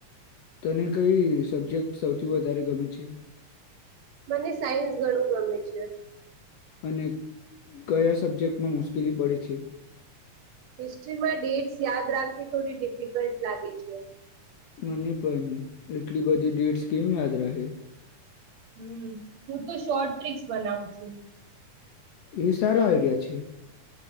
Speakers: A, on the left (about 80°); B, on the right (about 70°).
A: તને કઈ સબ્જેક્ટ સૌથી વધારે ગમે છે
B: મને સાયન્સ ઘણું ગમે છે
A: અને કયા સબ્જેક્ટમાં મુશ્કેલી પડે છે
B: હિસ્ટ્રીમાં ડેટ્સ યાદ રાખવી થોડી ડિફિકલ્ટ લાગે છે
A: મને પણ એટલી બધી ધી ડેટ્સ કેમ યાદ રહે
B: હમ હું તો શોર્ટ ટ્રિક્સ બનાવું છું
A: એ સારો આઈડિયા છે